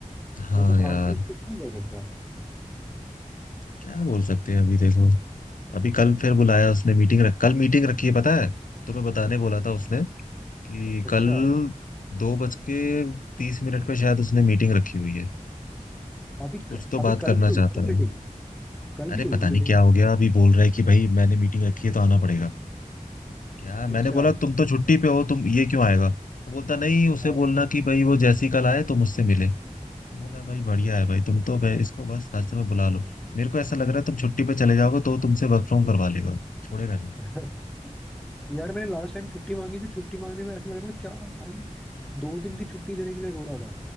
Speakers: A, on the left; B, in the centre.
A: हाँ
B: मतलब
A: यार
B: आदमी कुछ नहीं कर सकता
A: क्या बोल सकते हैं अभी देखो अभी कल फिर बुलाया उसने मीटिंग रख कल मीटिंग रखी है पता है तुम्हें बताने बोला था उसने कि
B: अच्छा
A: कल दो बज के तीस मिनट पे शायद उसने मीटिंग रखी हुई है
B: अभी क-
A: कुछ तो
B: अभी
A: बात
B: कल
A: करना
B: भी तो हुई
A: चाहता
B: थी ना मीटिंग
A: है
B: कल भी
A: अरे
B: तो हुई
A: पता
B: थी मीटिंग
A: नहीं क्या हो गया अभी बोल रहा है कि भाई मैंने मीटिंग रखी है तो आना पड़ेगा क्या मैंने
B: अच्छा
A: बोला तुम तो छुट्टी पे हो तुम ये क्यों आएगा तो बोलता नहीं उसे
B: हाँ
A: बोलना कि भाई वो जैसी कल आए तो मुझसे मिले मैं बोला भाई बढ़िया है भाई तुम तो भाई इसको बस रास्ते में बुला लो मेरे को ऐसा लग रहा है तुम छुट्टी पे चले जाओगे तो तुमसे वर्क फ्रॉम करवा लेगा छोड़ेगा
B: <laughs> यार मैंने लास्ट टाइम छुट्टी मांगी थी छुट्टी मांगने में ऐसा लग रहा था क्या भाई दो दिन की छुट्टी देने के लिए रो रहा था